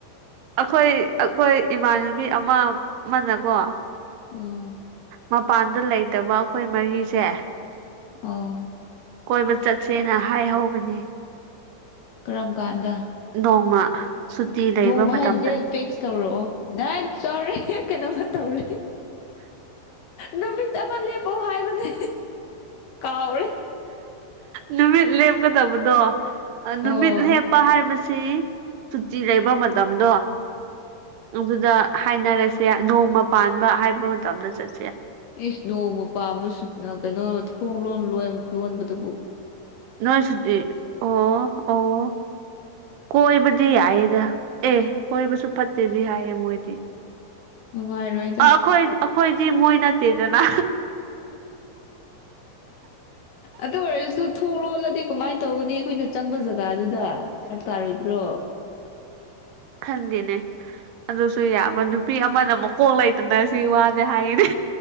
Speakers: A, on the right; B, on the left.
A: ꯑꯩꯈꯣꯏ ꯑꯩꯈꯣꯏ ꯏꯃꯥꯟꯅꯕꯤ ꯑꯃ ꯑꯃꯅꯀꯣ
B: ꯑꯥ
A: ꯃꯄꯥꯟꯗ ꯂꯩꯇꯕ ꯑꯩꯈꯣꯏ ꯃꯔꯤꯁꯦ
B: ꯑꯣ
A: ꯀꯣꯏꯕ ꯆꯠꯁꯦꯅ ꯍꯥꯏꯍꯧꯕꯅꯦ
B: ꯀꯔꯝ ꯀꯥꯟꯗ
A: ꯅꯣꯡꯃ ꯁꯨꯇꯤ ꯂꯩꯕ
B: ꯅꯣꯡ ꯃꯥꯥꯏ
A: ꯃꯇꯝꯗ
B: ꯗꯦꯠ ꯐꯤꯛꯁ ꯇꯧꯔꯛꯑꯣ ꯗꯥꯏꯠ ꯆꯥꯎꯔ ꯀꯩꯅꯣꯃ ꯇꯧꯔꯦ ꯅꯨꯃꯤꯠ ꯑꯃ ꯂꯦꯞꯄꯣ ꯍꯥꯏꯕꯅꯦ ꯀꯥꯎ
A: ꯅꯨꯃꯤꯠ ꯂꯦꯞꯀꯗꯕꯗꯣ ꯅꯨꯃꯤꯠ
B: ꯑꯣ
A: ꯂꯦꯞꯄ ꯍꯥꯏ ꯁꯤ ꯆꯨꯇꯤ ꯂꯩꯕ ꯃꯇꯝꯗꯣ ꯑꯗꯨꯗ ꯍꯥꯏꯅꯔꯁꯦ ꯅꯣꯡꯃ ꯄꯥꯟꯕ ꯍꯥꯏꯕ ꯃꯇꯝꯗ ꯆꯠ
B: ꯑꯦꯁ ꯅꯣꯡꯃ ꯄꯥꯝꯃꯁꯨ ꯀꯩꯅꯣ ꯐꯣꯡ ꯂꯣꯟ ꯂꯣꯟꯕꯗꯨꯕꯨ
A: ꯅꯣꯏ ꯁꯨꯇꯤ ꯑꯣ ꯑꯣ ꯀꯣꯏꯕꯗꯤ ꯌꯥꯏꯌꯦꯗ ꯑꯦ ꯀꯣꯏꯕꯁꯨ ꯐꯠꯇꯦꯗꯤ ꯍꯥꯏꯌꯦ ꯃꯣꯏꯗꯤ
B: ꯅꯨꯡꯉꯥꯏꯔꯣꯏꯗ
A: ꯑ ꯑꯩꯈꯣꯏ ꯑꯩꯈꯣꯏꯗꯤ ꯃꯣꯏ ꯅꯠꯇꯦꯗꯅ
B: ꯑꯗꯨ ꯑꯣꯏꯔꯁꯨ ꯊꯣꯡ ꯂꯣꯜꯂꯗꯤ ꯀꯃꯥꯏꯅ ꯇꯧꯒꯅꯤ ꯑꯩꯈꯨꯣꯏꯅ ꯆꯪꯕ ꯖꯒꯥꯗꯨꯗ ꯐꯔꯛ ꯇꯥꯔꯣꯏꯗ꯭ꯔꯣ
A: ꯈꯟꯗꯦꯅꯦ ꯑꯗꯨꯁꯨ ꯌꯥꯕ ꯅꯨꯄꯤ ꯑꯃꯅ ꯃꯀꯣꯛ ꯂꯩꯇꯅ ꯁꯤ ꯋꯥꯁꯦ ꯍꯥꯏꯅꯦ